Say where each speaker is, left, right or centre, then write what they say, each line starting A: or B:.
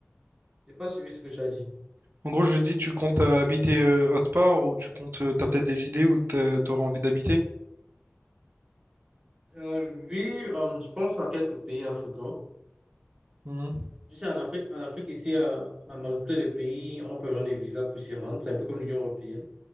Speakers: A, on the right; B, on the right.
A: J'ai pas suivi ce que tu as dit.
B: En gros, je dis, tu comptes euh, habiter euh, autre part ou tu comptes, euh, t'as peut-être des idées où t'as- t'aurais envie d'habiter?
A: Euh, oui, euh, je pense à quelques pays africains.
B: Mhm.
A: Tu sais, en Afrique, en Afrique ici, euh, la majorité des pays ont pas besoin de visa pour s'y rendre. C'est un peu comme l'Union européenne.